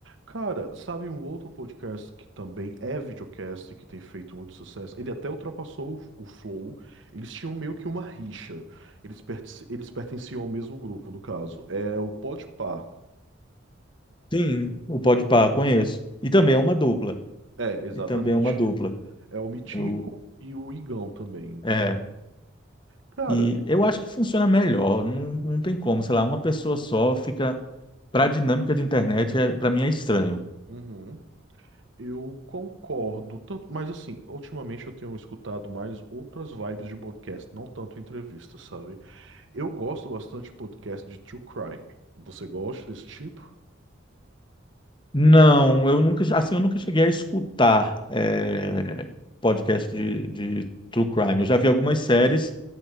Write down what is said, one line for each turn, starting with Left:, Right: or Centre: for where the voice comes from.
Right: Cara, sabe um outro podcast que também é videocast, que tem feito muito sucesso? Ele até ultrapassou o, o Flow. Eles tinham meio que uma rixa. Eles, perten- eles pertenciam ao mesmo grupo, no caso. É o Podpah.
Left: Sim, o Podpah, conheço. E também é uma dupla.
Right: É, exatamente.
Left: E também é uma dupla.
Right: É o Mitico
Left: Eu,
Right: e o Igão também.
Left: é.
Right: Cara,
Left: E eu acho que funciona melhor. Não, não tem como, sei lá, uma pessoa só fica. Para a dinâmica de internet, é, para mim é estranho.
Right: uhum, eu concordo tanto, mas assim, ultimamente eu tenho escutado mais outras vibes de podcast, não tanto entrevista, sabe? Eu gosto bastante de podcast de true crime. Você gosta desse tipo?
Left: Não, eu nunca, assim, eu nunca cheguei a escutar é,
Right: Uhum.
Left: podcast de, de true crime. Eu já vi algumas séries,